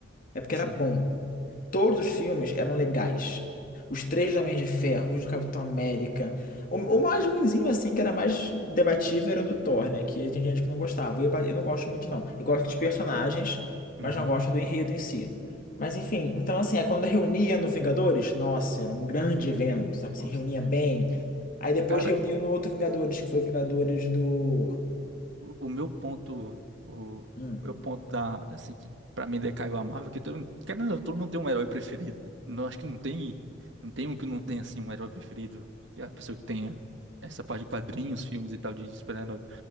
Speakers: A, on the left; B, on the right.
A: É porque
B: sim.
A: era bom. Todos os filmes eram legais. Os três do Homem de Ferro, os do Capitão América. O, o mais ruinzinho, assim, que era mais debatível, era o do Thor, né? Que tem gente que não gostava. Eu, eu não gosto muito, não. Eu gosto dos personagens,
B: Uhum.
A: mas não gosto do enredo em si. Mas, enfim, então, assim, é quando reunia no Vingadores, nossa, era um grande evento, sabe? Se
B: Nossa.
A: reunia bem. Aí depois
B: Cara,
A: reuniu no outro Vingadores, que foi Vingadores do.
B: o o meu ponto, o
A: Hum,
B: meu ponto da, assim, que pra mim decaiu a Marvel, que todo, mundo- querendo, ou não, todo mundo tem um herói preferido, né? Não, acho que não tem, não tem um que não tem, assim, um herói preferido, que é a pessoa que tenha essa parte de quadrinhos, filmes e tal, de, de super-herói.